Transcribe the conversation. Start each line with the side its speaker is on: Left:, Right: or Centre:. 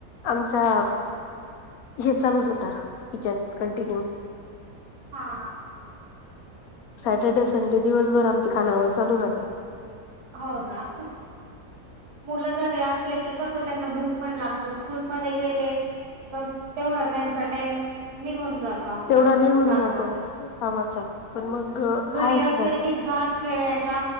Left: आमचा हे चालूच होता किचन कंटिन्यू
Right: हां.
Left: सॅटर्डे संडे दिवसभर आमची खानावळ चालू राहते.
Right: हो ना मुलं घरी असले की कसं त्यांना भूक पण लाग स्कूलमध्ये गे <unintelligible> तेवढा त्यांचा टाईम निघून जातो आपला
Left: तेवढा निघून
Right: कामातच.
Left: जातो कामाचा पण मग
Right: घरी
Left: हायच
Right: असले
Left: त्यात.
Right: की जा खेळायला